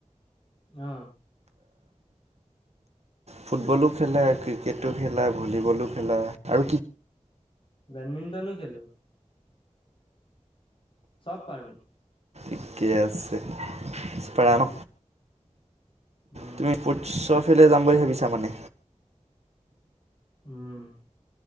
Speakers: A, on the left; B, on the right.
A: অঁ।
B: ফুটবলো খেলা, ক্ৰিকেটো খেলা, ভলীবলো খেলা আৰু কি
A: বেডমিণ্টনো খেলো। চব পাৰো।
B: ঠিকে আছে <unintelligible> ন
A: উম,
B: তুমি <unintelligible> ফালে যাম বুলি ভাবিছা মানে?
A: উম,